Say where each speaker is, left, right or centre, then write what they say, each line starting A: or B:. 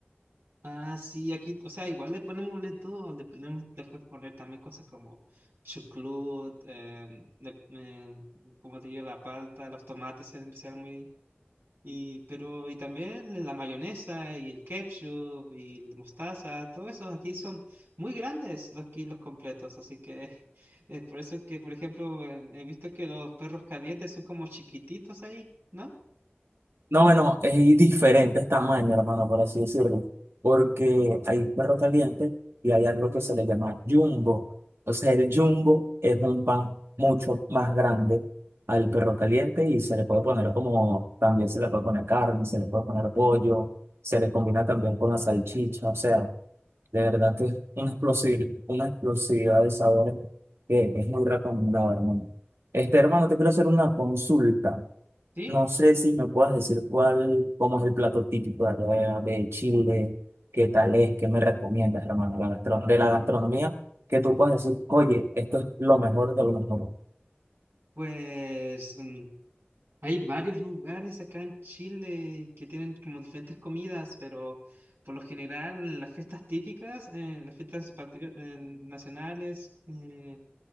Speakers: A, on the right (about 65°); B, on the right (about 85°).
A: Ah, sí, aquí, o sea, igual le ponemos de todo, le ponemos, le puedes poner también cosas como chucrut, eh, le- eh, como te digo, la palta, los tomates, en especial muy Y, pero, y también la mayonesa y el ketchup y la mostaza, todos esos aquí son muy grandes los kilos completos, así que <laughs> es por eso que, por ejemplo, en- he visto que los perros calientes son como chiquititos ahí, ¿no?
B: No, bueno, es diferentes tamaños, hermano, por así decirlo, porque hay perro caliente y hay algo que se le llama jumbo. O sea, el jumbo es un pan mucho más grande al perro caliente y se le puede poner como, también se le puede poner carne, se le puede poner pollo, se le combina también con la salchicha, o sea, de verdad que es una explosi- una explosividad de sabores que es muy recomendado, hermano. Este, hermano, te quiero hacer una consulta.
A: ¿Sí?
B: No sé si me puedas decir cuál, cómo es el plato típico de allá de Chile, qué tal es, qué me recomiendas, hermano, la gastro- de
A: Mm,
B: la gastronomía, que tú puedas decir, oye, esto es lo mejor de lo mejor.
A: Pues mm, hay varios lugares acá en Chile que tienen como diferentes comidas, pero por lo general en las fiestas típicas, en las fiestas patri- en nacionales, eh,